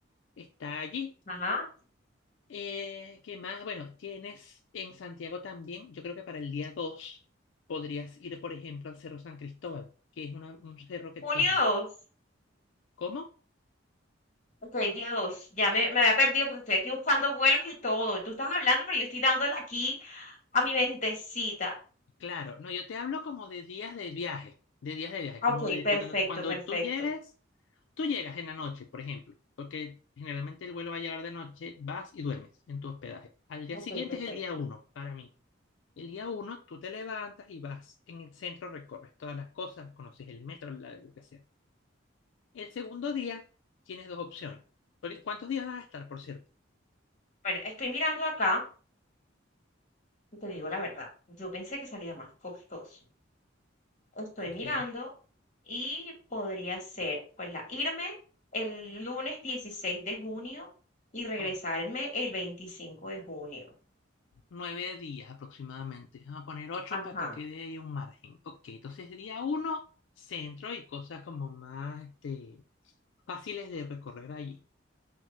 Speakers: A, on the left (about 75°); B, on the left (about 40°).
A: está allí.
B: Ajá.
A: Eh, ¿qué más? Bueno, tienes en Santiago también, yo creo que para el día 2 podrías ir, por ejemplo, al Cerro San Cristóbal, que es una- un cerro que
B: Junio
A: tiene.
B: 2.
A: ¿Cómo?
B: Ok, día 2. Ya me, me había perdido porque estoy aquí buscando vuelos y todo. Tú estás hablando, pero yo estoy dándole aquí a mi mentecita.
A: Claro, no, yo te hablo como de días de viaje, de días de viaje, como
B: Ok,
A: de
B: perfecto,
A: cuando, cuando
B: perfecto.
A: tú llegues, tú llegas en la noche, por ejemplo, porque generalmente el vuelo va a llegar de noche, vas y duermes en tu hospedaje. Al día
B: Ok,
A: siguiente
B: perfecto.
A: es el día uno para mí. El día uno tú te levantas y vas en el centro, recorres todas las cosas, conoces el metro, la- lo que sea El segundo día tienes dos opciones. Porque- ¿Cuántos días vas a estar, por cierto?
B: Bueno, estoy mirando acá y te digo la verdad. Yo pensé que salía más costoso. Estoy
A: Ok.
B: mirando y podría ser, pues, la irme el lunes 16 de junio y regresarme
A: o-
B: el 25 de junio.
A: nueve días aproximadamente. Vamos a poner ocho
B: Ajá.
A: para que quede ahí un margen. Ok, entonces día uno, centro y cosas como más este, fáciles de recorrer allí.